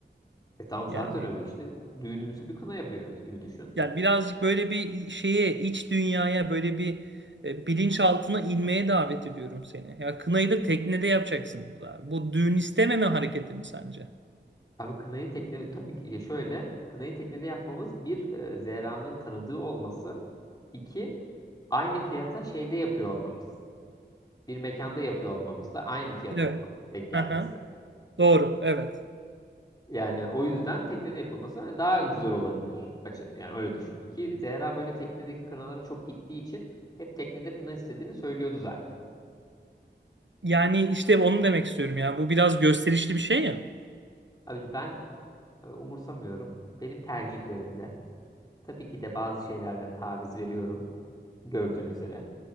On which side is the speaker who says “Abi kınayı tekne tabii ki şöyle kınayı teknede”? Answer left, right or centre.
Left